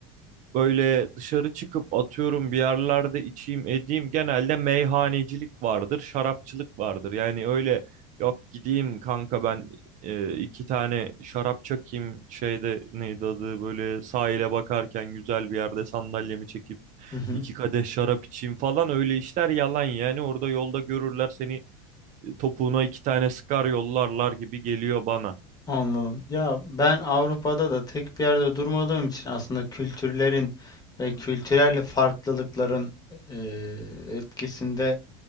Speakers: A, on the right; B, on the left.
A: Böyle dışarı çıkıp atıyorum bir yerlerde içeyim edeyim. Genelde meyhanecilik vardır, şarapçılık vardır. Yani öyle yok gideyim kanka ben e, iki tane şarap çakayım şeyde neydi adı böyle sahile bakarken güzel bir yerde sandalyemi çekip
B: Hı hı.
A: iki kadeh şarap içeyim falan öyle işler yalan yani orada yolda görürler seni e, topuğuna iki tane sıkar yollarlar gibi geliyor bana.
B: Anladım. Ya ben Avrupa'da da tek bir yerde durmadığım için aslında kültürlerin ve kültürel farklılıkların eee, etkisinde